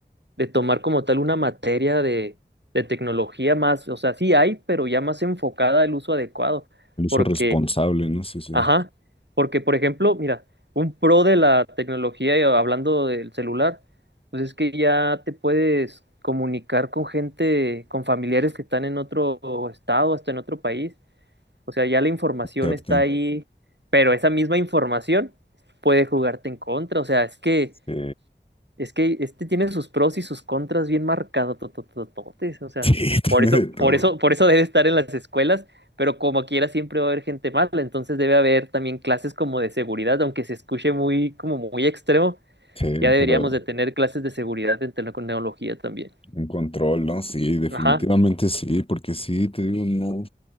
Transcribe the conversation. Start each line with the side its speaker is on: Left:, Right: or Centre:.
Right: de tomar como tal una materia de, de tecnología más, o sea, sí hay, pero ya más enfocada al uso adecuado,
Left: El uso
Right: porque,
Left: responsable, ¿no? sé, Sí,
Right: ajá,
Left: sí.
Right: porque por ejemplo, mira, un pro de la tecnología, y hablando del celular, pues es que ya te puedes comunicar con gente, con familiares que están en otro estado, hasta en otro país, o sea, ya la información
Left: Exacto.
Right: está ahí, pero esa misma información puede jugarte en contra, o sea, es que
Left: Sí,
Right: es que este tiene sus pros y sus contras bien marcados, tototototes, o
Left: <laughs>
Right: sea,
Left: sí, tiene
Right: por eso,
Left: de todo.
Right: por eso, por eso debe estar en las escuelas, pero como quiera siempre va a haber gente mala, entonces debe haber también clases como de seguridad, aunque se escuche muy, como muy extremo,
Left: Sí,
Right: ya deberíamos
Left: pero
Right: de tener clases de seguridad en tecnología también.
Left: un control, ¿no? Sí, definitivamente
Right: Ajá,
Left: sí, porque sí, te digo, no.